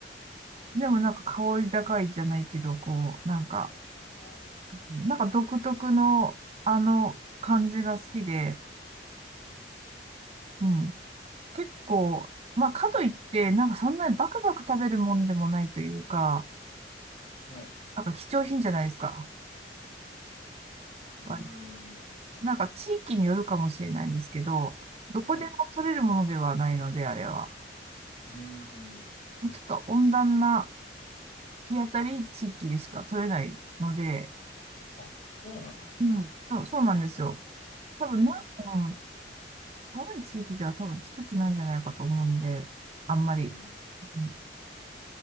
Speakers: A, on the right (about 35°); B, on the left (about 45°).
A: でもなんか香り高いじゃないけど、こう、なんか、
B: あの
A: なんか独特のあの感じが好きで、うん。結構、まあ、かといって、なんかそんなにバクバク食べるもんでもないというか、
B: ーはい。
A: なんか貴重品じゃないですか。
B: うー
A: まあ
B: ん。
A: なんか地域によるかもしれないんですけど、どこでも取れるものではないので、
B: はい。う
A: あれは。
B: ーん。
A: ちょっと温暖な日当たり地域でしか取れないので、
B: あ、そうなんですね。
A: うん、そうそうなんですよ。多分な、
B: うーん。う
A: うん、寒い地域では多分作ってないんじゃないかと思うんで、あんまり。
B: ーん。
A: う